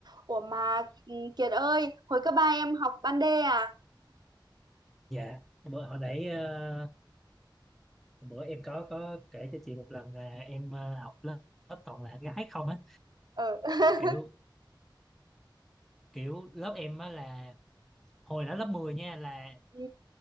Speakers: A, on the right; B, in the centre.
A: Ủa mà ừ, Kiệt ơi, hồi cấp 3 em học ban D à?
B: Dạ, bữa hồi nãy ờ, bữa em có có kể cho chị một lần là em ờ, học lớp, lớp toàn là gái không á,
A: Ờ. <laughs>
B: kiểu kiểu lớp em á là hồi đó lớp 10 nha là
A: Ừ.